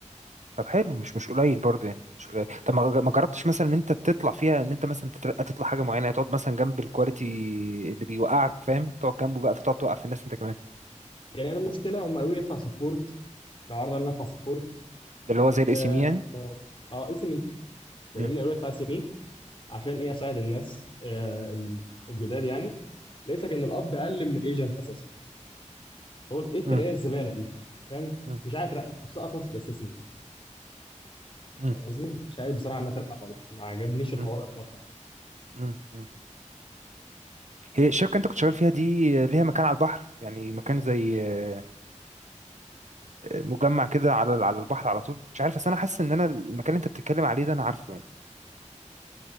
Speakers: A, on the right; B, on the left.
A: طب حلو مش مش قليل برضه يعني مش قليل طب ما ما جربتش مثلا ان انت تطلع فيها ان انت مثلا تترقى تطلع حاجه معينه يعني تقعد مثلا جنب الكواليتي اللي بيوقعك فاهم تقعد جنبه بقى فتقعد توقع في الناس انت كمان
B: يعني انا المشكله هم قالوا لي اطلع سبورت كعرض ان أنا اطلع سبورت
A: ده اللي هو زي الاسم
B: اه
A: يعني
B: آه، اس ام اي فاهمني
A: مم،
B: قالوا لي اطلع اس ام اي عشان ايه اساعد الناس آه ال- الجداد يعني لقيت لك ان القبض اقل من الايجنت اساسا فقلت ايه الترقيه
A: مم،
B: الزباله دي أنت فاهم
A: مم.
B: مش عايز اترقى كنت مسقط نفسي في الاسيسنت
A: مم.
B: فاهم قصدي مش عايز بصراحه ان أنا اترقى خالص ما عجبنيش الحوار
A: مم.
B: اطلاقا يعني.
A: مم. مم. هي الشركة انت كنت شغال فيها دي آه، ليها مكان على البحر يعني مكان زي آه، آه، مجمع كده على على البحر على طول مش عارف بس انا حاسس ان انا المكان اللي انت بتتكلم عليه ده انا عارفه يعني